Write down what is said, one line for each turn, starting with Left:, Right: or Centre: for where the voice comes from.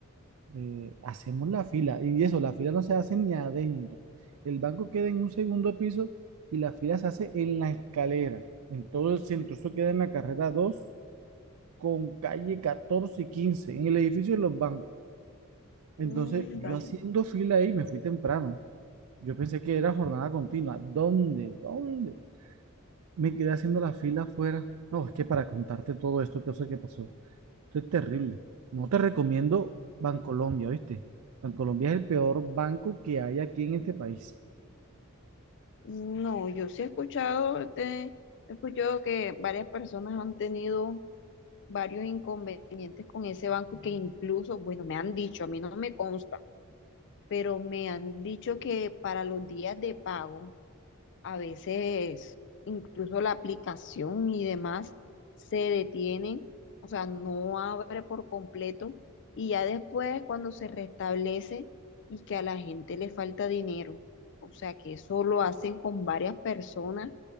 Right: eh, hacemos la fila, y eso, la fila no se hace ni adentro. El banco queda en un segundo piso y la fila se hace en la escalera, en todo el centro. Eso queda en la carrera dos con calle catorce y quince en el edificio de los bancos. Entonces,
Left: Mm,
Right: yo
Left: dale.
Right: haciendo fila ahí, me fui temprano. Yo pensé que era jornada continua. ¿Dónde? ¿Dónde? Me quedé haciendo la fila afuera. No, es que para contarte todo esto, qué cosa que pasó. Esto es terrible. No te recomiendo Bancolombia, ¿viste? Bancolombia es el peor banco que hay aquí en este país.
Left: No, yo sí he escuchado, este, he escuchado que varias personas han tenido varios inconvenientes con ese banco y que incluso, bueno, me han dicho, a mí no me consta, pero me han dicho que para los días de pago, a veces incluso la aplicación y demás se detiene, o sea, no abre por completo y ya después cuando se restablece y que a la gente le falta dinero, o sea, que eso lo hacen con varias personas